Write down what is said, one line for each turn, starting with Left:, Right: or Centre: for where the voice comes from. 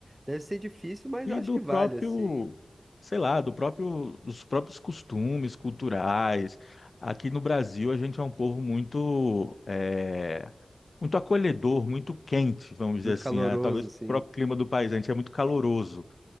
Right: deve ser difícil, mas
Left: E
Right: eu acho
Left: do
Right: que vale,
Left: próprio,
Right: assim.
Left: sei lá, do próprio, dos próprios costumes culturais. Aqui no Brasil, a gente é um povo muito, é, muito acolhedor, muito quente, vamos dizer
Right: Muito
Left: assim.
Right: caloroso,
Left: Ah, talvez
Right: assim.
Left: o próprio clima do país, a gente é muito caloroso.